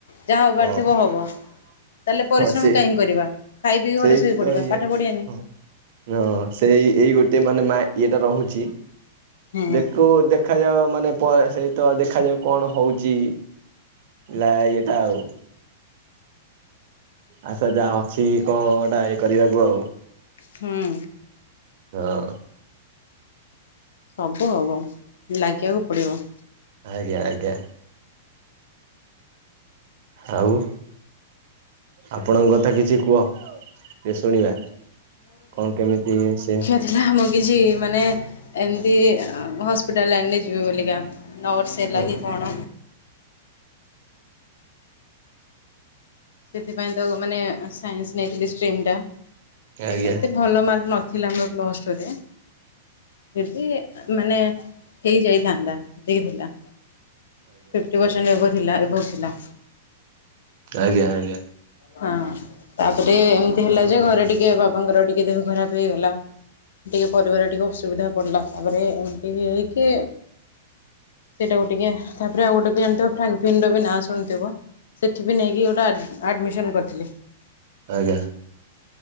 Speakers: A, on the left; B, on the right.
A: ଯାହା ହବାର
B: ହଁ
A: ଥିବ ହବ। ତାହେଲେ ପରିଶ୍ରମ
B: ହଁ ସେଇ
A: କାଇଁ କରିବା ଖାଇ ପିଇି
B: ସେଇ
A: ଘରେ ଶୋଇ
B: ତ
A: ପଡିବା
B: ଇଏ
A: ପାଠ ପଢିବାନି।
B: ହଁ ହଁ ସେଇ ଏଇ ଗୋଟେ ମାନେ ମା ଇଏଟା ରହୁଚି।
A: ହୁଁ
B: ଦେଖୁ ଦେଖାଯାଉ ମାନେ ପ ସେହିତ ଦେଖାଯାଉ କଣ ହଉଚି ଲା ଇଏଟା ଆଉ। ଆଚ୍ଛା ଯାହା ଅଛି କଅ ଏଟା ଇଏ କରିବାକୁ ଆଉ।
A: ହୁଁ।
B: ତ।
A: ସବୁ ହବ ଲାଗିବାକୁ ପଡ଼ିବ।
B: ଆଜ୍ଞା ଆଜ୍ଞା ଆଉ। ଆପଣଙ୍କ କଥା କିଛି କୁହ ଶୁଣିବା କଣ କେମିତି ଇଏ ସିଏ
A: ରା ମୁକିଛି ମାନେ ଏମତି ହସ୍ ଏପଟା ଲଇନ ଜିବେ ବୋଲିକା ନରସ୍ ଏଲାଗି
B: ଆଜ୍ଞା।
A: କଣ ସେଥିପାଇଁ ତକୁ ମାନେ ସାଇନ୍ସ ନେଇଥିଲି ଷ୍ଟିମ ଟା।
B: ଆଜ୍ଞା
A: ଏତେ
B: ଆଜ୍ଞା
A: ଭଲ ମାର୍କ ନଥିଲା ମୋର ପ୍ଲସ୍ ଟୁରେ। ଏଠି ମାନେ ହେଇ ଯାଇଥାନ୍ତା ଦେଇଥିଲା। ଫିପ୍ଟି ପର୍ସେଣ୍ଟ ଏଭବ୍ ଥିଲା ଏଭାବ୍ ଥିଲା।
B: ଆଜ୍ଞା ଆଜ୍ଞା।
A: ହଁ ତାପରେ ଏମିତି ହେଲା ଯେ ଘରେ ଟିକେ ବାବାଙ୍କର ଟିକେ ଦେହ ଖରାପ ହେଇଗଲା। ଟିକେ ପରିବାର ଟିକେ ଅସୁବିଧା ପଡିଲା ତାପରେ ଏମିତି ହେଇକି ସେଇଟାକୁ ଟିକେ ତାପରେ ଆଉ ଗୋଟେ ବି ଜାଣିଥିବ ଫ୍ରାନ୍ ଫିନ୍ ର ବି ନାଁ ଶୁଣିଥିବ। ସେ ବି ନେଇକି ଗୋଟା ଆଡମିସନ୍ <unintelligible>
B: ଆଜ୍ଞା